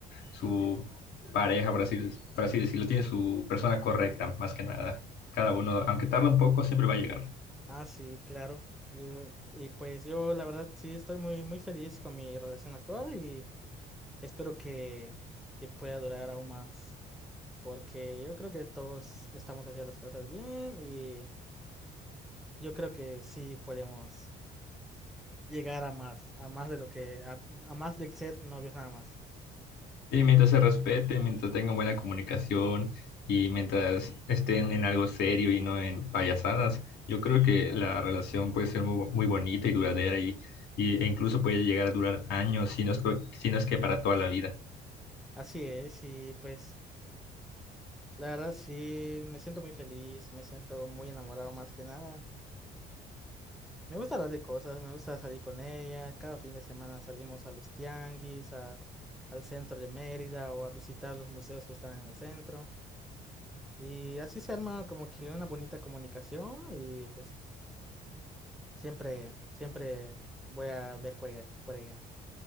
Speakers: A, on the left (about 75°); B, in the centre.
A: su pareja, por así, por así decirlo, tiene su persona correcta, más que nada. Cada uno, aunque tarde un poco, siempre va a llegar.
B: ah, sí, claro. Yo- y pues yo la verdad sí estoy muy, muy feliz con mi relación actual y espero que, que pueda durar aún más, porque yo creo que todos estamos haciendo las cosas bien y yo creo que sí podemos llegar a más, a más de lo que, a, a más de ser novios nada más.
A: Sí, mientras se respeten, mientras tengan buena comunicación y mientras estén en algo serio y no en payasadas, yo creo que la relación puede ser muy, muy bonita y duradera y, y- e incluso puede llegar a durar años, si no es, to- si no es que para toda la vida.
B: Así es, y pues la verdad sí me siento muy feliz, me siento muy enamorado más que nada Me gusta hablar de cosas, me gusta salir con ella. Cada fin de semana salimos a los tianguis, a- al centro de Mérida o a visitar los museos que están en el centro. Y así se arma como que una bonita comunicación y pues siempre, siempre voy a ver por ella, por ella.